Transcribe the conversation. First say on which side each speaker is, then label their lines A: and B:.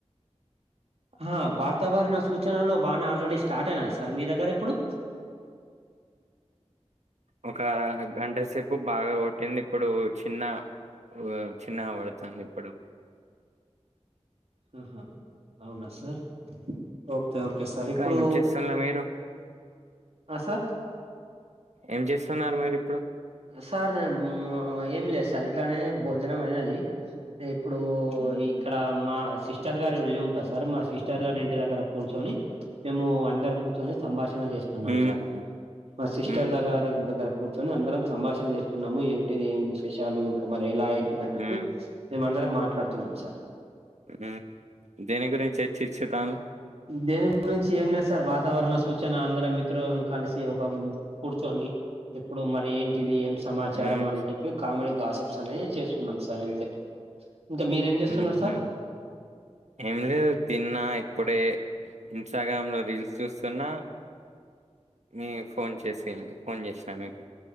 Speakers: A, on the right; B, on the right.
A: ఆ వాతావరణ సూచనలో వాన ఆల్రెడీ స్టార్ట్ అయిన సార్ మీ దగ్గర ఇప్పుడు
B: ఒక గంట సేపు బాగా కొట్టింది ఇప్పుడు చిన్న ఓ చిన్నగా పడుతాన్ది ఇప్పుడు
A: ఆహా అవునా సార్ ఓకే ఓకే సార్
B: ఇంకా
A: ఇప్పుడు
B: ఏం చేస్తున్న మీరు
A: ఆ సార్
B: ఏం చేస్తున్నారు మీరు ఇప్పుడు
A: సార్ నేను మ ఏం లేదు సార్ ఇట్లానే భోజనం అయినది ఏప్ ఇప్పుడు
B: ఉమ్
A: ఇక్కడ మా సిస్ స్టర్ గారీ ఇళ్ళు ఉంటాది సార్ మా సిస్టర్ గారి ఇంటి దగ్గర కూర్చొని మేము అందరు కూర్చొని సంభాష చేస్తున్నాం
B: ఉమ్
A: సార్ మా సిస్టర్
B: ఉమ్
A: దగ్గారి దగ్గర కూర్చొని అందరం సంభాషణ చేస్తున్నాము ఏంటిది ఏం విశేషాలు ఇంకా మరి ఎలా ఏంటిది అని చెప్పి
B: ఉమ్
A: మేమందరం మాట్లాడుతున్నాం సార్
B: ఉమ్ దేని గురించిచర్చిర్చుతానవ్
A: దేని గురించి ఏం లేదు సార్ వాతావరణ సూచన అందర మిత్రులమ్ కలిసి ఒక కూర్చొని ఇప్పుడు మరి ఏం ఇది ఏం సమాచారం
B: ఉమ్
A: అని చెప్పి కామెడీ గాసిప్స్ అనేది చేస్తున్నాం సార్ అంతే ఇంకా మీరేం చేస్తున్నారు
B: ఉమ్ హు
A: సార్
B: ఏం లేదు తిన్నా ఇప్పుడే ఇన్స్టాగ్రామ్ లో రీల్స్ చూస్తున్నా మీ ఫోన్ చేసింది ఫోన్ చేసినా మీకు